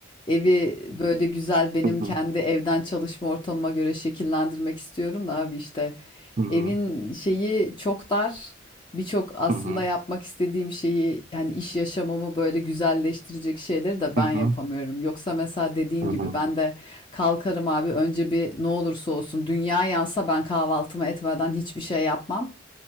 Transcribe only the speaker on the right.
Hı
hı,
hı hı,
hı hı,
hı
hı,
hı hı,